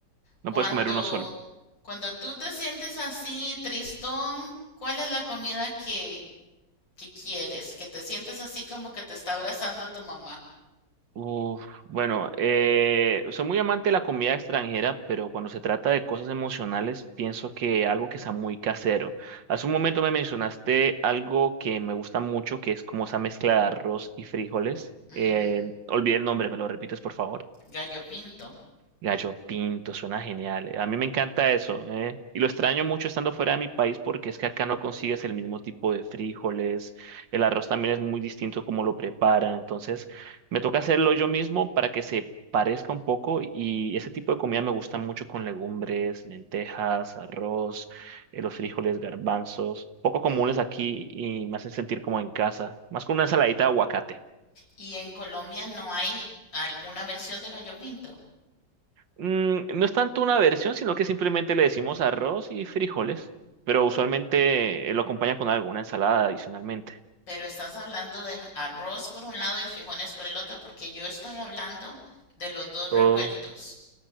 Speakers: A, on the right; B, on the left.
A: No
B: Cuando,
A: puedes comer uno solo.
B: cuando tú te sientes así, tristón, ¿cuál es la comida que, que quieres? Que te sientes así como que te está abrazando tu mamá.
A: Uf, bueno, eh, soy muy amante de la comida extranjera, pero cuando se trata de cosas emocionales, pienso que algo que está muy casero. Hace un momento me mencionaste algo que me gusta mucho, que es como esa mezcla de arroz y frijoles.
B: Ujú,
A: Eh, olvidé el nombre, ¿me lo repites, por favor?
B: Gallo pinto.
A: Gallo Pinto, suena genial. eh. A mí me encanta eso, ¿eh? Y lo extraño mucho estando fuera de mi país porque es que acá no consigues el mismo tipo de frijoles, el arroz también es muy distinto como lo preparan, entonces me toca hacerlo yo mismo para que se parezca un poco y ese tipo de comida me gusta mucho con legumbres, lentejas, arroz, eh, los frijoles, garbanzos, poco comunes
B: Mm.
A: aquí y me hacen sentir como en casa, más con una ensaladita de aguacate.
B: Y en Colombia no hay al- una versión de gallo pinto,
A: Mm, no es tanto una versión, sino que simplemente le decimos arroz y frijoles, pero usualmente eh, lo acompaña con alguna ensalada adicionalmente.
B: pero estás hablando de arroz por un lado y frijoles por el otro, porque yo estoy hablando de los dos
A: Todo.
B: revueltos.